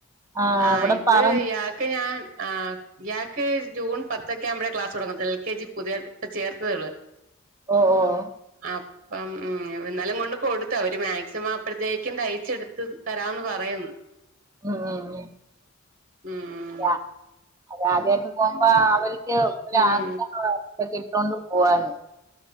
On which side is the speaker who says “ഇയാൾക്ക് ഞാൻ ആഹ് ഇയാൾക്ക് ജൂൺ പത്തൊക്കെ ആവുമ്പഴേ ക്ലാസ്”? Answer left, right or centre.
Right